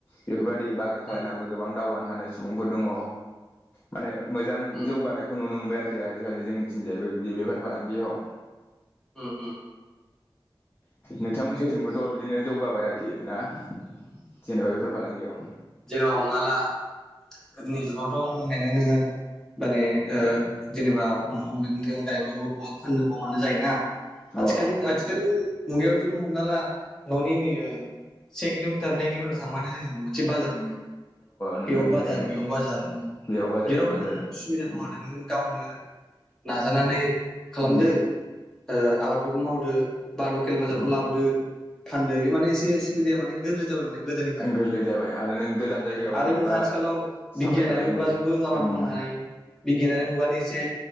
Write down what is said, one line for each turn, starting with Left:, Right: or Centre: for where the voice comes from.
Left: बेफोरबादि बागान खालायनानैबो
Centre: उम
Left: गोबां दावगा हानाय सुबुंफोर दङ' माने मोजां
Centre: उम
Left: जौगानायखौ नुनो मोनबाय आरो थि आजिखालि जोंनिथिंजायबो बिदि बेफार फालांगियाव
Centre: उम उम।
Left: नोंथांमोननि
Centre: जों
Left: बिदिनो जौगाबाय आरोखि ना। जेनेबा बेफार फालांगियाव
Centre: जेराव हमना ला गोदोनि जुगावथ' होनबायानो नोङो माने ओ जेनेबा न'आव मैगं थाइगं गायबाबो बहा फाननो बहा मानो जायोना।
Left: अ
Centre: आथिखालनि-आथिखालनि
Left: अ
Centre: मुगायावथ' नों हमना ला न'नि नै से किल'मिटार नै किल'मिटार थांबानो जोङो मोन बाजार मोनो।
Left: नोंथां
Centre: बेयाव
Left: बिदिनो
Centre: बाजार बेयाव बाजार
Left: बेयाव बाजार
Centre: जेरावबो
Left: बेयाव बाजार
Centre: नों सुबिदा दं
Left: उम
Centre: आरो नों गावनो नाजानानै खालामदो।
Left: उम
Centre: ओ आबादफोरखो मावदो। बा लकेल बाजारावनो
Left: उम
Centre: लाबोदो फानदो बे माने एसेस सुबिदाया माने गोरलै जाबाय माने गोदोनिफ्राय
Left: ओं गोरलै जाबाय। आरो नों गोजान जायगायाव
Centre: आरो
Left: जेनेबा
Centre: नों आथिखालाव
Left: साप्लाय
Centre: बिगियानारि
Left: खालायनोबो
Centre: मुगाजोंबो आबाद
Left: उम
Centre: मावनो हायो बिगियानारि मुगानि एसे